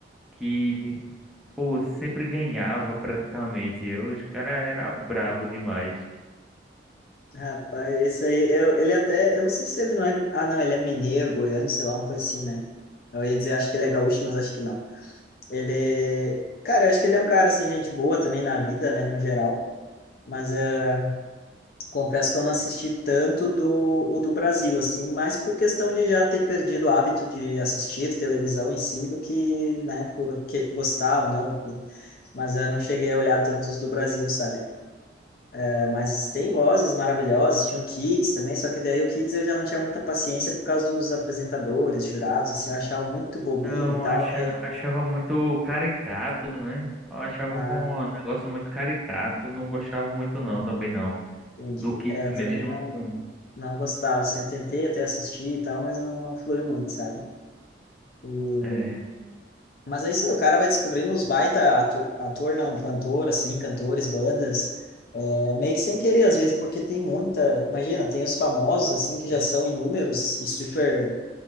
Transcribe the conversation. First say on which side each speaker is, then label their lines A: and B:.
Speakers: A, in the centre; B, on the left.
A: que, pô, sempre ganhava praticamente. Eu, os cara era brabo demais.
B: Rapaz, esse aí, eu, ele até, eu não sei se ele não é, ah não, ele é mineiro, goiano, sei lá, uma coisa assim, né? Eu ia dizer, acho que ele é gaúcho, mas acho que não. Ele, cara, eu acho que ele é um cara, assim, gente boa também na vida, né, no geral. Mas eh, Confesso que eu não assisti tanto do, o do Brasil, assim, mas por questão de já ter perdido o hábito de assistir televisão em si, do que, né, porque gostar ou não, enfim. Mas eu não cheguei a olhar tantos do Brasil, sabe? É, mas tem vozes maravilhosas, tinha o Kids também, só que daí o Kids eu já não tinha muita paciência por causa dos apresentadores, jurados, assim, eu achava muito bobinho
A: Não,
B: e tal,
A: acha,
B: daí eu...
A: achava muito caricato, né? Eu achava
B: Ah,
A: com um negócio muito caricato, não gostava muito não, também não.
B: entendi.
A: Do Kids
B: É, eu
A: mesmo,
B: também não,
A: não.
B: não gostava, assim, eu tentei até assistir e tal, mas não, não fluiu muito, sabe? E
A: É.
B: Mas aí sim, o cara vai descobrindo uns baita atu- ator, não, cantor, assim, cantores, bandas, é, meio que sem querer, às vezes, porque tem muita, imagina, tem os famosos, assim, que já são inúmeros e super,